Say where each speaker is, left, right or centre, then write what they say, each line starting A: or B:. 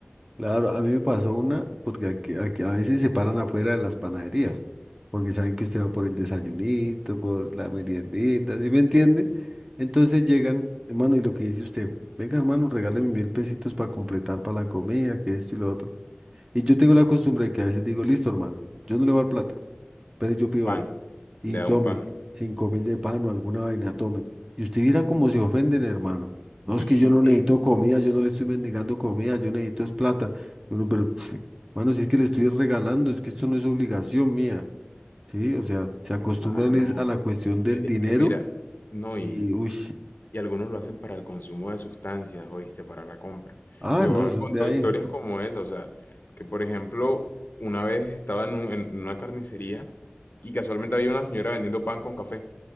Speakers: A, on the right (about 20°); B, on the left (about 55°).
A: claro, a mí me pasó una, porque aquí, aquí a veces se paran afuera de las panaderías, porque saben que usted va por el desayunito, por la meriendita, ¿sí me entiende? Entonces llegan, hermano, y lo que dice usted, venga, hermano, regáleme mil pesitos para completar para la comida, que esto y lo otro. Y yo tengo la costumbre de que a veces digo, listo, hermano, yo no le voy a dar plata, pero yo pido
B: Pan,
A: algo. y
B: le da
A: tome
B: un pan.
A: cinco mil de pan o alguna vaina, tome. Y usted viera cómo se ofenden, hermano. No,
B: Y,
A: es que yo no
B: ey,
A: necesito comida, yo no le estoy mendigando comida, yo necesito es plata. Bueno, pero, pf, hermano, si es que le estoy regalando, es que esto no es obligación mía, ¿sí? O sea, se acostumbran
B: Uy, mano.
A: es a la cuestión
B: Es
A: del
B: que,
A: dinero
B: es que mira, no,
A: y,
B: y,
A: uy,
B: y algunos lo hacen para el consumo de sustancias, oíste, para la compra.
A: ah,
B: Mi papá
A: no, eso
B: me contó
A: es de ahí.
B: historias como esa, o sea, que por ejemplo, una vez estaba en, un- en una carnicería y casualmente había una señora vendiendo pan con café.